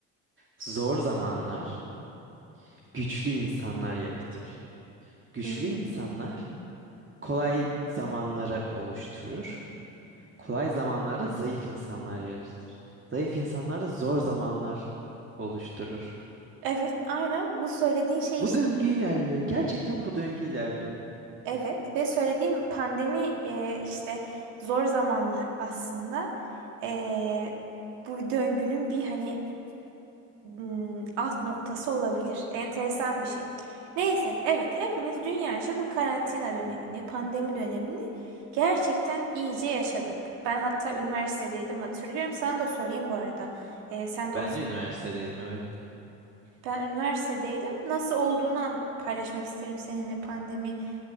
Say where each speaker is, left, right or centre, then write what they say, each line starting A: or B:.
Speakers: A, on the right; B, on the right.
A: Zor zamanlar güçlü insanlar yaratır. Güçlü
B: Hı.
A: insanlar kolay zamanları oluşturur. Kolay zamanlarda zayıf insanlar yaratır. Zayıf insanlar da zor zamanlar oluşturur.
B: Evet aynen bu söylediğin şey
A: Bu
B: işte
A: döngü ilerliyor. Gerçekten bu döngü ilerliyor.
B: Evet ve söylediğim pandemi e, işte zor zamanlar aslında E, bu döngünün bir hani m, alt noktası olabilir. Enteresan bir şey. Neyse evet hepimiz dünyaca bu karantina dönemini, pandemi dönemini gerçekten iyice yaşadık. Ben hatta üniversitedeydim hatırlıyorum. Sana da sorayım bu arada. E, sen de
A: Ben
B: o
A: de üniversitedeydim evet.
B: ben üniversitedeydim. Nasıl olduğunu an- paylaşmak isterim seninle pandemiyi